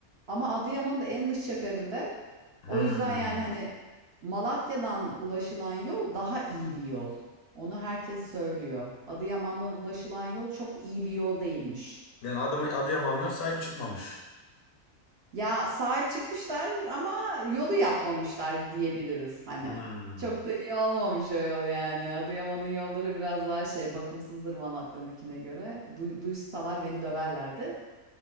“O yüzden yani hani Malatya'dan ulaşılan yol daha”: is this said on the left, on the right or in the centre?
Right